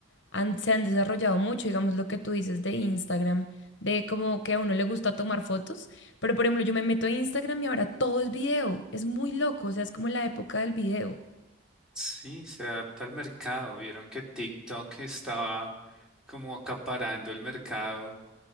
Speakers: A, on the left; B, in the centre.
A: han- se han desarrollado mucho, digamos, lo que tú dices de Instagram, de como que a uno le gusta tomar fotos, pero por ejemplo, yo me meto a Instagram y ahora todo es video, es muy loco, o sea, es como la época del video.
B: Sí, se adapta al mercado. Vieron que TikTok estaba como acaparando el mercado